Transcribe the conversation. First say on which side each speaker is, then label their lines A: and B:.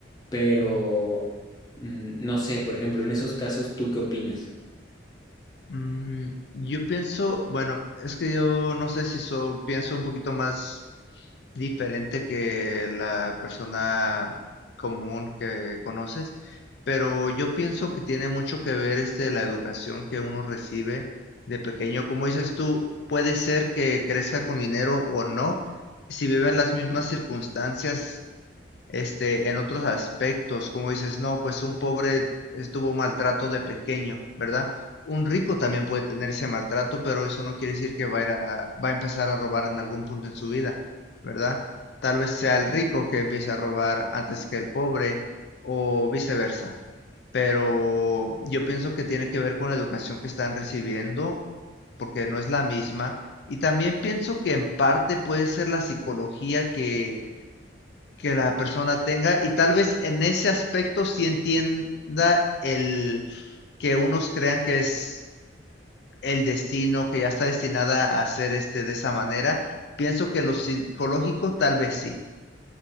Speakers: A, on the left; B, on the left.
A: pero
B: ujú.
A: mm, no sé, por ejemplo, en esos casos, ¿tú qué opinas?
B: Mm, yo pienso, bueno, es que yo no sé si so- pienso un poquito más diferente que la persona común que conoces, pero yo pienso que tiene mucho que ver este la educación que uno recibe de pequeño. Como dices tú, puede ser que crezca con dinero o no, si viven las mismas circunstancias este, en otros aspectos, como dices, no, pues un pobre estuvo maltrato de pequeño, ¿verdad? Un rico también puede tener ese maltrato, pero eso no quiere decir que va a, ir a- va a empezar a robar en algún punto en su vida, ¿verdad? Tal vez sea el rico que empiece a robar antes que el pobre o viceversa, pero yo pienso que tiene que ver con la educación que están recibiendo, porque no es la misma, y también pienso que en parte puede ser la psicología que que la persona tenga y tal vez en ese aspecto sí entienda el que unos crean que es el destino, que ya está destinada a ser este de esa manera. Pienso que lo psicológico tal vez sí.